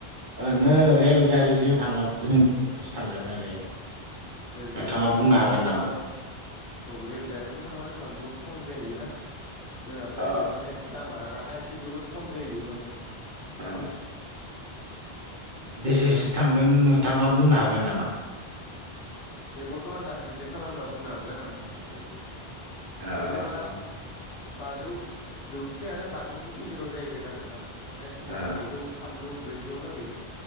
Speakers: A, on the right; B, on the left.
A: ओरैनो
B: खरसा खालामनायफोरखौ
A: रेलगारिजों थाङोब्ला जोंनो थांगोन ओरैनो
B: रेल गारियाथ'
A: नोंथाङा बुंनो
B: जोंहा
A: हागोन
B: थांबा जोंहा
A: नामा
B: औ रेलगारियावथ' थांबा जोंहा बहुत खम जायोना जोंना प्राइसआ
A: अ
B: माने दामा राङा एसे जोबोद खम जायो माने।
A: अ बेसेसो
B: जोंहा ओमफ्राय
A: थांगोन नोंथाङा बुंनो हागोन नामा?
B: बेखौथ' आन्दाज मोनसे खालामना बुंनो हागोन आं एसे
A: अ
B: जेनेबा
A: अ अ
B: बाजौ जौसे आरो बाजौनि गेजेराव जाहैगोन आरोोना माने
A: अ
B: नैजौ थामजौ ब्रैजिआव लागै